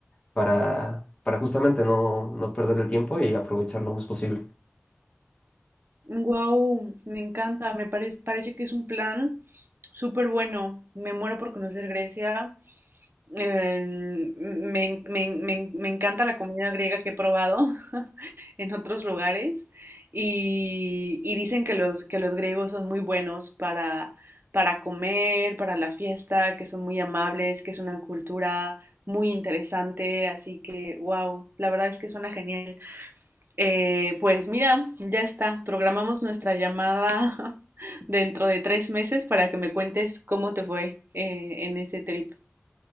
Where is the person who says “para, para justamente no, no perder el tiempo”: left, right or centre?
Left